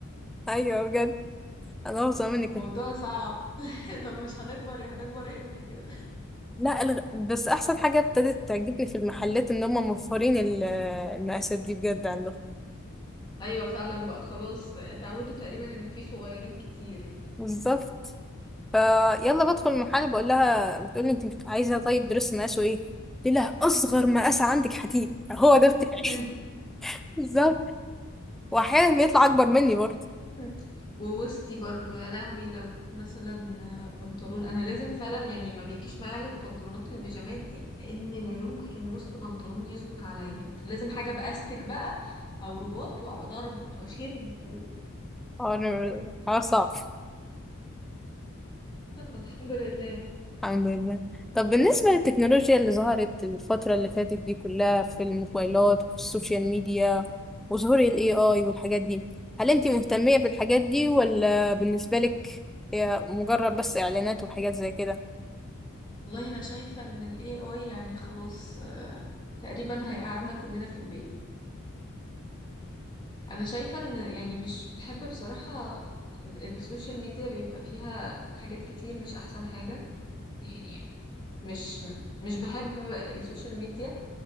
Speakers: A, in the centre; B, on the left (about 20°).
A: ايوه بجد انا بفظع منك
B: موضوع صعب <laughs> طب مش هنكبر هنكبر امتى كده
A: لا الغ... بس احسن حاجه ابتدت تعجبني في المحلات ان هم موفرين ال- المقاسات دي بجد عندهم
B: ايوه فعلا بقى خلاص اتعودوا تقريبا ان في صغيرين كتير
A: بالظبط آه، يلا بدخل المحل بقول لها بتقول لي انت بت- عايزه طيب درس مقاسه ايه قلت لها اصغر مقاس عندك حديد هو ده
B: <laughs>
A: بتاعي <laughs> بالظبط واحيانا بيطلع اكبر مني برضه
B: مم. ووسطي برضو يا لهوي لو مثلا آه، بنطلون انا لازم فعلا يعني ما بيجيش معايا غير بنطلونات البيجامات دي لان لا يمكن وسط بنطلون يظبط عليا فلازم حاجه باستك بقى او رباط واقعد اربط واشد و...
A: آه، أنا- حوار صعب
B: يلا الحمد لله
A: الحمد لله طب بالنسبة للتكنولوجيا اللي ظهرت الفترة اللي فاتت دي كلها في الموبايلات وفي السوشيال ميديا وظهور ال AI والحاجات دي هل انتي مهتمية بالحاجات دي ولا بالنسبة لك هي مجرد بس إعلانات وحاجات زي كده
B: والله انا شايفه ان الاي اي يعني خلاص آه، تقريبا هيقعدنا كلنا في البيت انا شايفه ان يعني مش بحب بصراحه ال- السوشيال ميديا بيبقى فيها حاجات كتير مش احسن حاجه يعني مش مش بحب السوشيال ميديا